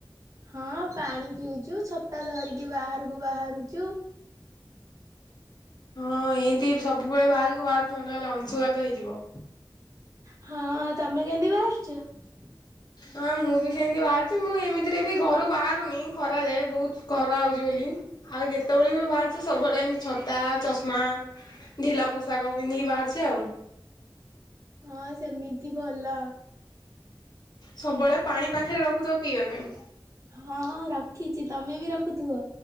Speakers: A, on the right (about 40°); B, on the left (about 55°).
A: ହଁ ପାଣି ପିଉଛୁ ଛତା ଧରିକି ବାହାରକୁ ବାହାରୁଛୁ।
B: ହଁ ଏମତି ସବୁବେଳେ ବାହାରକୁ ବାହାରୁଥିବ ନହେଲେ ଅଂଶୁଘାତ ହେଇଯିବ।
A: ହଁ ତମେ କେମିତି। <unintelligible> ଯା।
B: ହଁ ମୁଁ ବି ସେମତି ବାହାରୁଛି ମୁଁ ଏମିତିରେ ବି ଘରୁ ବାହାରୁନି ଖରାରେ ବହୁତ ଖରା ହଉଛି ବୋଲି ଆଉ ଯେତେବେଳେ ବି ବାହାରୁଛି ସବୁବେଳେ ଏମତି ଛତା ଚଷମା ଢିଲା ପୋଷାକ ପିନ୍ଧିକି ବାହାରୁଛି ଆଉ।
A: ହଁ ସେମି ତି ଭଲ।
B: ସବୁବେଳେ ପାଣି ପାଖରେ ରଖୁଥିବ ପିଇବା ପାଇଁ।
A: ହଁ ରଖିଛି ତମେ ବି ରଖୁଥିବ।